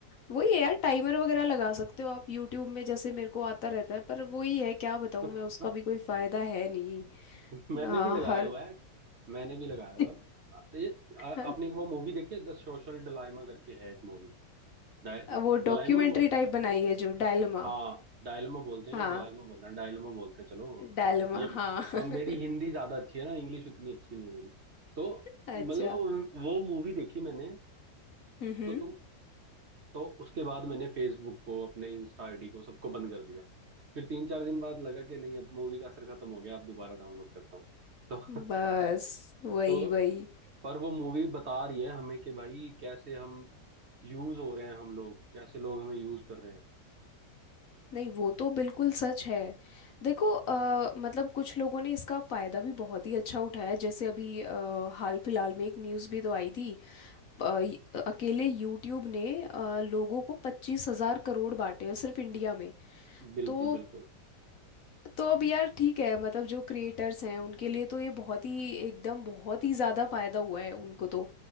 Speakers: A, on the left; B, on the right.
A: वही यार टाइमर वगैरह लगा सकते हो आप यूट्यूब में जैसे मेरे को आता रहता है पर वही है क्या बताऊँ
B: <laughs>
A: मैं उसका भी कोई फायदा है नहीं
B: मैंने
A: हाँ
B: भी लगाया
A: हर
B: हुआ है मैंने भी लगाया
A: <laughs>
B: हुआ है। आ- ये आ-
A: हर-
B: आपने एक वो मूवी देखी है द सोशल डिलाइमा करके है एक मूवी डलाइमा
A: वो डॉक्यूमेंट्री टाइप बनाई है जो डायलमा
B: हाँ डायलमा बोलते हैं
A: हाँ
B: डायलमा बोलते हैं डायलमा बोलते हैं चलो
A: डायलमा
B: ये
A: हाँ <laughs>
B: हम मेरी हिंदी ज्यादा अच्छी है ना इंग्लिश उतनी अच्छी नहीं है मेरी तो
A: अच्छा
B: मतलब वो, वो मूवी देखी मैंने
A: हम्म
B: तो तुम तो उसके बाद मैंने फेसबुक को अपने इंस्टा आईडी को सबको बंद कर दिया फिर तीन चार दिन बाद लगा कि नहीं अब मूवी का असर खत्म हो गया अब दोबारा डाउनलोड करता हूँ तो
A: बस वही
B: <laughs> तो
A: वही
B: पर वो मूवी बता रही है हमें कि भाई कैसे हम यूज हो रहे हैं हम लोग कैसे लोग हमें यूज कर रहे हैं
A: नहीं वो तो बिल्कुल सच है देखो अ, मतलब कुछ लोगों ने इसका फायदा भी बहुत ही अच्छा उठाया जैसे अभी अ, हाल फिलहाल में एक न्यूज़ भी तो आई थी अ, य- अकेले यूट्यूब ने अ, लोगों को पच्चीस हजार करोड़ बांटे हैं सिर्फ इंडिया में
B: बिल्कुल
A: तो
B: बिल्कुल
A: तो अब यार ठीक है मतलब जो क्रिएटर्स हैं उनके लिए तो ये बहुत ही एकदम बहुत ही ज़्यादा फायदा हुआ है उनको तो